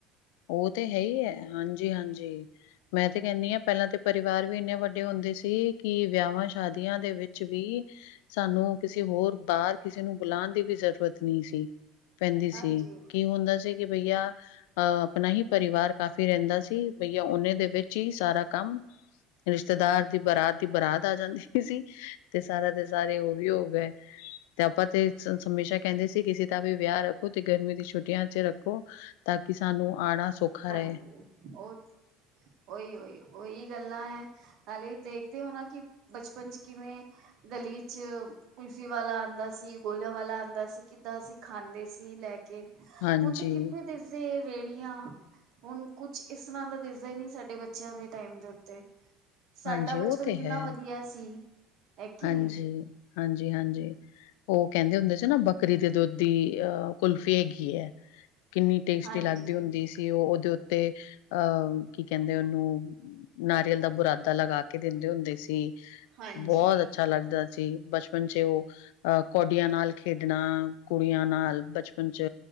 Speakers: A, on the left (about 70°); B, on the right (about 60°).
A: ਉਹ ਤੇ ਹੈ ਈ ਏ। ਹਾਂਜੀ-ਹਾਂਜੀ। ਮੈਂ ਤੇ ਕੇਨੀ ਹਾਂ, ਪਹਿਲਾਂ ਤੇ ਪਰਿਵਾਰ ਵੀ ਇੰਨੇ ਵੱਡੇ ਹੁੰਦੇ ਸੀ ਕਿ ਵਿਆਹਵਾਂ- ਸ਼ਾਦੀਆਂ ਦੇ ਵਿੱਚ ਵੀ ਸਾਨੂੰ ਕਿਸੇ ਹੋਰ ਬਾਹਰ ਕਿਸੇ ਨੂੰ ਬੁਲਾਣ ਦੀ ਵੀ ਜ਼ਰੂਰਤ ਨਹੀਂ ਸੀ। ਪੈਂਦੀ ਸੀ
B: ਹਾਂਜੀ
A: ਕਿ ਹੁੰਦਾ ਸੀ ਕਿ ਬਈਆ ਅਹ, ਆਪਣਾ ਹੀ ਪਰਿਵਾਰ ਕਾਫ਼ੀ ਰਹਿੰਦਾ ਸੀ ਬਈਆ ਉਹਨੇ ਦੇ ਵਿੱਚ ਹੀ ਸਾਰਾ ਕੰਮ, ਰਿਸ਼ਤੇਦਾਰ ਦੀ ਬਰਾਤ ਦੀ ਬਰਾਤ ਆ ਜਾਂਦੀ ਸੀ। ਤੇ ਸਾਰਾ, ਤੇ ਸਾਰੇ ਉਹ ਵੀ ਹੋ ਗਏ। ਤੇ ਆਪਾਂ ਤੇ ਹਮੇਸ਼ਾ ਕਹਿੰਦੇ ਸੀ, ਕਿਸੇ ਦਾ ਵੀ ਵਿਆਹ ਰੱਖੋ ਤੇ ਗਰਮੀ ਦੀ ਛੁਟੀਆਂ ਚ ਰੱਖੋ ਤਾਂ ਸਾਨੂੰ ਆਉਣਾ-ਆਣਾ ਸੌਖਾ।
B: ਹਾਂਜੀ,
A: ਰਹੇ।
B: ਉਹ, ਉਹੀ-ਉਹੀ, ਉਹੀ ਗੱਲਾਂ ਏ। ਨਾਲੇ ਦੇਖਦੇ ਹੋ ਨਾ ਕਿ ਬਚਪਨ 'ਚ ਕਿਵੇਂ ਗਲੀ 'ਚ ਕੁਲਫੀ ਵਾਲਾ ਆਂਦਾ ਸੀ, ਗੋਲੇ ਵਾਲਾ ਆਂਦਾ ਸੀ, ਕਿੱਦਾਂ ਅਸੀਂ ਖਾਂਦੇ ਸੀ ਲੈ। ਕੀ
A: ਹਾਂਜੀ,
B: ਹੁਣ ਤੇ ਕਿੱਥੇ ਦਿਸਦੀ ਏ ਰੇਹੜੀਆਂ। ਹੁਨ ਕੁਛ ਇਸ ਤਰ੍ਹਾਂ ਦਾ ਦਿਸਦਾ ਹੀ ਨੀ ਸਾਡੇ ਬੱਚਿਆਂ ਦੇ ਟਾਈਮ ਦੇ ਉੱਤੇ। ਸਾਡਾ
A: ਹਾਂਜੀ
B: ਬਚਪਨ
A: ਉਹ ਤੇ
B: ਕਿੰਨਾ
A: ਹੈ।
B: ਵਧੀਆ ਸੀ। ਹੈ ਕੀ
A: ਹਾਂਜੀ,
B: ਨੀ?
A: ਹਾਂਜੀ- ਹਾਂਜੀ। ਉਹ ਕਹਿੰਦੇ ਹੁੰਦੇ ਸੀ ਨਾ ਬੱਕਰੀ ਦੇ ਦੁੱਧ ਦੀ ਅਹ ਕੁਲਫੀ ਹੈਗੀ ਹੈ ਕਿੰਨੀ ਟੇਸਟੀ
B: ਹਾਂਜੀ
A: ਲੱਗਦੀ ਹੁੰਦੀ ਤੇ ਉਹ ਉਹਦੇ ਉੱਤੇ ਅਹ ਕੀ ਕਹਿੰਦੇ ਉਹਨੂੰ ਨਾਰੀਅਲ ਪੱਤਾ ਲਗਾ ਕੇ ਦਿੰਦੇ ਹੁੰਦੇ ਸੀ
B: ਹਾਂਜੀ
A: ਬਹੁਤ ਅੱਛਾ ਲੱਗਦਾ ਸੀ ਬਚਪਨ 'ਚ ਉਹ ਅਹ ਕੌਡੀਆਂ ਨਾਲ ਖੇਡਣਾ ਕੁੜੀਆਂ ਨਾਲ ਬਚਪਨ 'ਚ